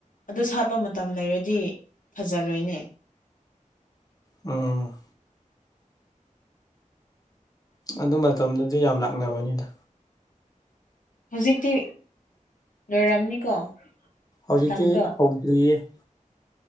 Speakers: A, on the left (about 75°); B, on the left (about 25°).
A: ꯑꯗꯨ ꯁꯥꯠꯄ ꯃꯇꯝ ꯂꯩꯔꯗꯤ ꯐꯖꯔꯣꯏꯅꯦ
B: ꯎꯝ ꯑꯗꯨ ꯃꯇꯝꯗꯨꯗꯤ ꯌꯥꯝ ꯂꯥꯛꯅꯕꯅꯤꯗ
A: ꯍꯧꯖꯤꯛꯇꯤ ꯂꯣꯏꯔꯝꯅꯤꯀꯣ
B: ꯍꯧꯖꯤꯛꯇꯤ
A: ꯃꯇꯝꯗꯣ
B: ꯍꯧꯗ꯭ꯔꯤꯌꯦ